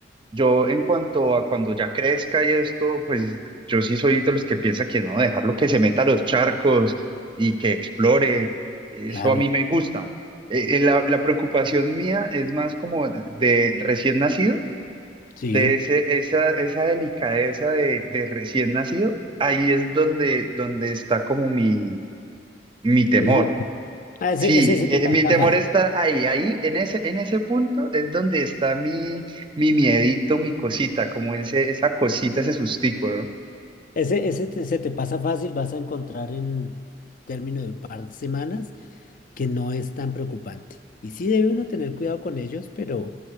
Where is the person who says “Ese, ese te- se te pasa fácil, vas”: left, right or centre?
Left